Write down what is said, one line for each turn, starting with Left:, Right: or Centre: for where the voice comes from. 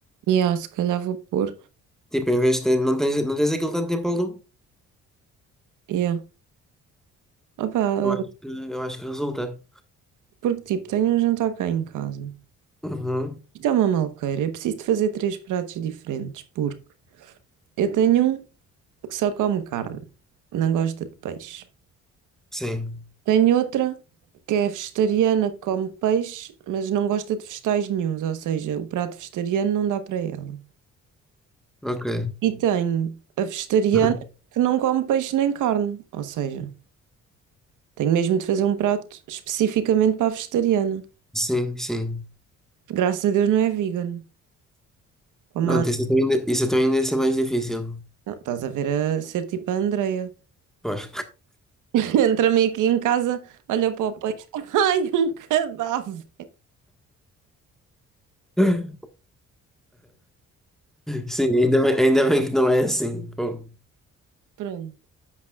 Right: E ah, se calhar vou pôr.
Centre: Tipo, em vez de ter, não tens, não tens aquilo tanto tempo ao lume.
Right: Yeah. Opá,
Centre: Eu acho
Right: ah,
Centre: que, eu acho que resulta.
Right: porque tipo, tenho um jantar cá em casa.
Centre: Uhum,
Right: Isto é uma malqueira, eu preciso de fazer três pratos diferentes, porque eu tenho um. que só come carne, não gosta de peixe.
Centre: sim,
Right: Tem outra que é vegetariana, que come peixe, mas não gosta de vegetais nenhuns, ou seja, o prato vegetariano não dá para ela.
Centre: ok.
Right: E tenho a vegetariana
Centre: <laughs>
Right: que não come peixe nem carne, ou seja, tenho mesmo de fazer um prato especificamente para a vegetariana.
Centre: Sim, sim.
Right: Graças a Deus não é vegan. Como
Centre: Pronto,
Right: a...
Centre: isso então ainda, isso então ainda ia ser mais difícil.
Right: Não, estás a ver a ser tipo a Andreia.
Centre: Pois.
Right: <laughs> Entra-me aqui em casa, olha para o peixe, <laughs> ai, um cadáver.
Centre: <laughs> Sim, ainda bem, ainda bem que não é assim. Pô.
Right: Pronto,